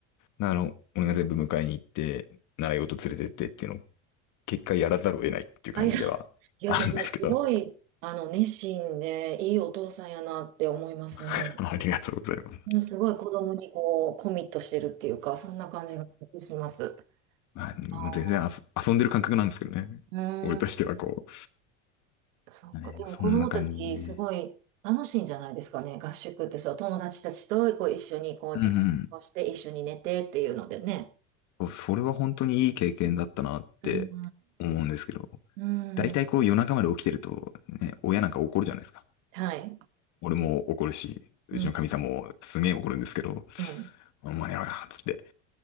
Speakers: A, on the left; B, on the right.
A: あの、俺が全部迎えに行って、習い事連れてってっていうのを、結果やらざるを得ないっていう感じではあるんですけど。
B: ありが、いや、でも、すごい、あの、熱心で、いいお父さんやなって思いますね。
A: <laughs> ありがとうございます。
B: うんすごい子供にこう、コミットしてるっていうか、そんな感じがします。
A: まあ、もう全然遊遊んでる感覚なんですけどね。
B: あーうーん。
A: 俺としてはこ
B: そうか。
A: う。ねそんな感じね。
B: でも子供たちすごい楽しいんじゃないですかね。合宿ってそう、友達たちとこう一緒にこう時間過ごして一緒に寝てっていうのでね。
A: うんうん。そそれは本当にいい経験だったなって思うんですけど。
B: うん。うん。
A: 大体こう夜中まで起きてると、
B: うん。
A: ね、親なんか怒るじゃないですか。
B: はい。
A: 俺も怒るし、うちの神様もすげえ怒るんですけど、
B: うん。うん。
A: お前やろや、つって。